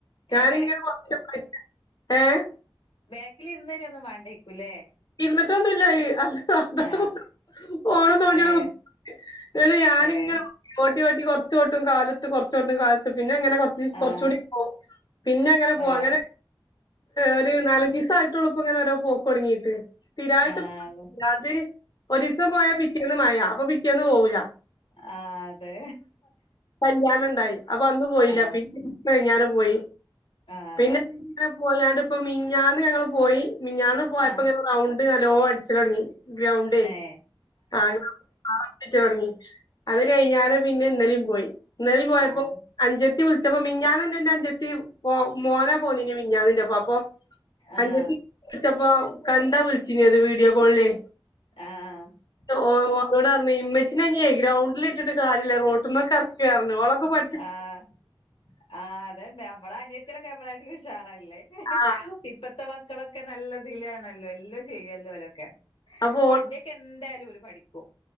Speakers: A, on the left; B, on the left.
A: കാല്ങ്ങനെ
B: ഏഹ്
A: കൊർച്ചൊക്കെ <unintelligible> ഏഹ്
B: ബേക്ക്‌ലിര്ന്നെരൊന്നും വാണ്ടേയ്ക്കുല്ലേ
A: ഇര്ന്ന്ട്ടൊന്നുല്ല അഹ് അഹ് അത് അവ്ടെ
B: ആഹ്
A: കുത്ത്ർക്കും ഫോണും തോണ്ടിയവ്ടെ
B: ഏഹ്
A: കുത്തർ <unintelligible> ഞാനിങ്ങനെ
B: ഏഹ്
A: ഓട്ടി ഓട്ടി കൊർച്ചോട്ടും കാലുത്തും കൊർച്ചോട്ടും കാല് പിന്നെ അങ്ങനെ കൊറച് കൊറച്ചൂടി
B: ആഹ്
A: പോവു പിന്നെ അങ്ങനെ പോവു
B: ഏഹ്
A: അങ്ങനെ ഒരു നാലഞ്ചിസായിട്ടുള്ളൂ ഇപ്പോ ഇങ്ങനെരോ പോക്ക് തുടങ്ങീട്ട് സ്ഥിരായിട്ട്അത്
B: ആഹ്
A: ഒരീസം പോയാ പിറ്റേന്ന് മഴ അപ്പൊ പിറ്റേന്ന് പോവൂല്ല
B: ആഹ് അതെ
A: കല്യാണണ്ടായി അപ്പൊ അന്ന് പോയില്ല
B: ആഹ്
A: പിറ്റെസം കഴിഞ്ഞാല പോയി
B: ആഹ്
A: പിന്നെങ്ങനെ പോയാണ്ട് ഇപ്പ മിഞ്ഞാന്ന് ഞങ്ങൾ പോയി മിഞ്ഞാന്ന് പോയപ്പ
B: ആഹ്
A: ഗ്രൗണ്ട് നല്ലോ അടിച്ചലോടങ്ങി ഗ്രൗണ്ടേ
B: ഏഹ്
A: ആഹ് <unintelligible> തുടങ്ങി അത് കഴിഞ്ഞാറ് പിന്നെ ഇന്നലേം പോയി ഇന്നലേം പോയപ്പോ
B: ആഹ് ആഹ്
A: അൻഞ്ചത്തി വിളിച്ചപ്പോ മിഞ്ഞാനന്റെ അ ൻഞ്ചത്തി മോ മോനാ പോന്നിനി മിൻഞ്ഞാനിന്റെപ്പ അപ്പൊ
B: ആഹ്
A: അൻഞ്ചത്തി വിളിച്ചപ്പോ കണ്ടാ വിളിച്ചീനിയത് വീഡിയോ കോളിലേ
B: ആഹ് ആഹ്
A: ഓ ഓ ഓട് പറഞ്ഞ ഇമ്മച്ചിനഞ്ഹി ഗ്രൗണ്ടിലിട്ടിട്ട് കാര്യല്ല റോട്ടിമ്മകറക്കി ക്കെറഞ്ഞു ഓളൊക്കെപട്
B: ആഹ് ആഹ് അതെന്നെ നമ്മളനി നമ്മളായിട്ട് ഉഷാറല്ലേ
A: ആഹ്
B: ഇപ്പത്തെ മക്കളൊക്കെ നല്ലതിലാണല്ലോ ല്ലോ ചെയ്യല്ലോലോക്കെ
A: അപ്പൊ
B: വണ്ടിയൊക്കെ എന്തായാലും ഓല് പഠിക്കും